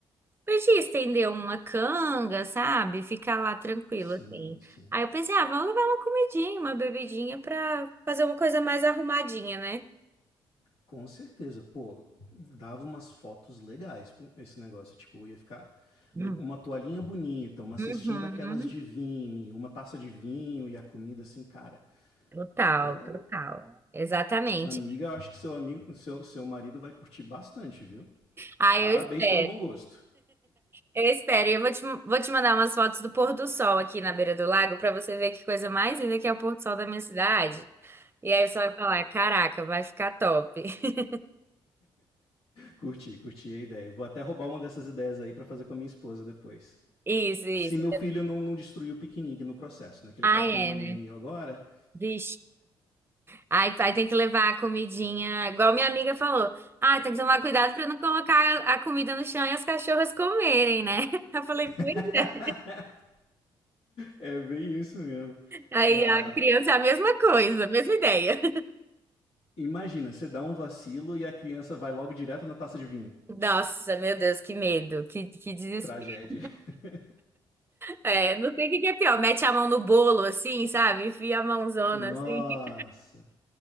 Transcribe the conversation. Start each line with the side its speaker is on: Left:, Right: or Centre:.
Right: Podia estender uma canga, sabe? Ficar lá tranquilo,
Left: Sim,
Right: assim.
Left: sim.
Right: Aí eu pensei, ah, vamos levar uma comidinha, uma bebidinha pra fazer uma coisa mais arrumadinha, né?
Left: Com certeza, pô, dava umas fotos legais pô, esse negócio, tipo, ia ficar
Right: Hum.
Left: uma toalhinha bonita, uma cestinha
Right: Uhum.
Left: daquelas de vinho, uma taça de vinho e a comida assim, cara.
Right: Total,
Left: Pô,
Right: total. Exatamente.
Left: amiga, eu acho que seu amigo, seu, seu marido vai curtir bastante, viu?
Right: Aí
Left: Parabéns
Right: eu espero,
Left: pelo bom gosto.
Right: eu espero. E eu vou te, vou te mandar umas fotos do pôr do sol aqui na beira do lago pra você ver que coisa mais linda que é o pôr do sol da minha cidade. E aí você vai falar, caraca, vai ficar top. <laughs>
Left: Curti, curti a ideia. Vou até roubar uma dessas ideias aí para fazer com a minha esposa depois.
Right: Isso, isso.
Left: Se meu filho não, não destruiu o piquenique no processo, né? Que ele
Right: Ah,
Left: tá com
Right: é,
Left: um ano
Right: né?
Left: e meio agora.
Right: Vixe. Ai, pai, tem que levar a comidinha. Igual minha amiga falou. Ah, tem que tomar cuidado pra não colocar a comida no chão e as cachorras comerem, né? <laughs> Eu falei, pois
Left: <laughs>
Right: é.
Left: é bem isso mesmo.
Right: Aí
Left: Ah,
Right: a criança é a mesma coisa, a mesma ideia.
Left: imagina, você dá um vacilo e a criança vai logo direto na taça de vinho.
Right: Nossa, meu Deus, que medo, que, que desespero.
Left: Tragédia. <laughs>
Right: É, não sei o que que é pior. Mete a mão no bolo, assim, sabe? Enfia a mãozona,
Left: Nossa.
Right: assim.